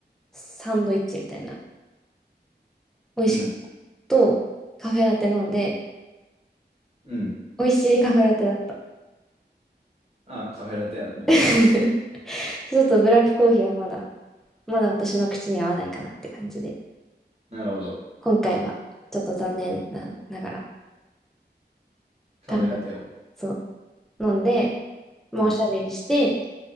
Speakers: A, in the centre; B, on the right.
A: サンドイッチみたいな。美味しかった。
B: うん、
A: と、カフェラテ飲んで、
B: うん。
A: 美味しいカフェラテだった。
B: ああ、カフェラテやのに。
A: <laughs> ちょっとブラックコーヒーはまだ、まだ私の口に合わないかなって感じで。
B: なるほど。
A: 今回はちょっと残念な、ながら、
B: カフェラテを。
A: カフェ、そう、飲んで、まあ、
B: うん、
A: おしゃべりして、